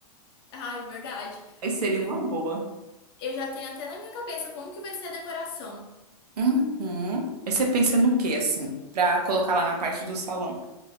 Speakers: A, on the left (about 40°); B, on the right (about 85°).
A: Ah, é verdade.
B: Aí seria uma boa.
A: Eu já tenho até na minha cabeça como que vai ser a decoração.
B: Uhum. Aí você pensa no quê assim, Pra colocar lá na parte do salão?